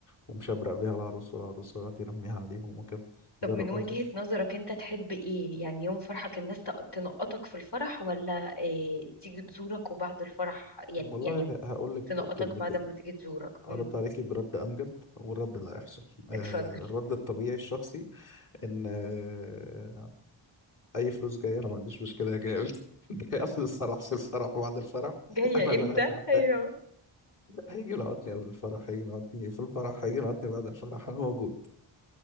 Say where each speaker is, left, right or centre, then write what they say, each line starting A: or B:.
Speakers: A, on the left; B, on the left.
A: ومشبرق بيها العروس والعروس ويقعد يرميها عليهم وكده
B: طب
A: زي
B: من
A: الرقاصة
B: وجهة نظرك انت تحب ايه يعني يوم فرحك الناس تق- تنقطك في الفرح ولا آه، تيجي تزورك وبعد الفرح يعني
A: <laughs> والله
B: يعني
A: ه- هقول لك
B: تنقطك
A: كلمتين
B: بعد ما تيجي تزورك
A: أرد
B: امم
A: عليكي برد أمجد والرد اللي هيحصل آه
B: اتفضل
A: الرد الطبيعي الشخصي إن آه أي فلوس جاية أنا ما عنديش مشكلة جاية جاي قبل <laughs> الفرح في الفرح بعد الفرح
B: جاية
A: أنا
B: امتى
A: لا تمام
B: ايوه
A: هيجي ينعطني قبل الفرح هيجي ينعطني في الفرح هيجي ينعطني بعد الفرح انا موجود